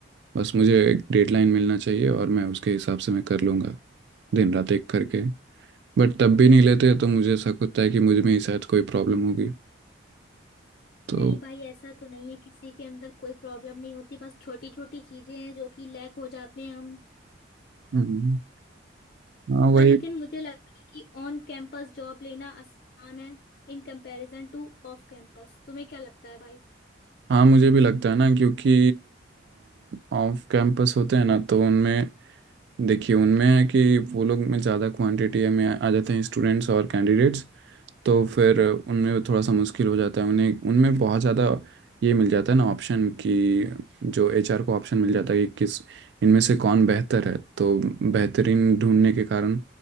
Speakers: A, on the right; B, on the left.
A: बस मुझे एक डेडलाइन मिलना चाहिए और मैं उसके हिसाब से मैं कर लूँगा दिन रात एक करके बट तब भी नहीं लेते तो मुझे ऐसा होता है कि मुझ में ही शायद कोई प्रॉब्लम होगी तो
B: नहीं भाई ऐसा तो नहीं है किसी के अंदर कोई प्रॉब्लम नहीं होती बस छोटी छोटी चीजें हैं जो कि लैक हो जाते हैं हम
A: हम्म, हाँ वही
B: पर लेकिन मुझे लगता है कि ऑन कैंपस जॉब लेना आसान है in comparison to off campus तुम्हें क्या लगता है भाई
A: हाँ मुझे भी लगता है ना क्योंकि ऑफ कैंपस होते हैं ना तो उनमें देखिए उनमें है कि वो लोग में ज़्यादा क्वांटिटी में आ जाते हैं स्टूडेंट्स और कैंडिडेट्स तो फिर उनमें थोड़ा सा मुश्किल हो जाता है उन्हें उनमें बहुत ज़्यादा ये मिल जाता है ना ऑप्शन कि जो एचआर को ऑप्शन मिल जाता है कि किस इनमें से कौन बेहतर है तो बेहतरीन ढूंढने के कारण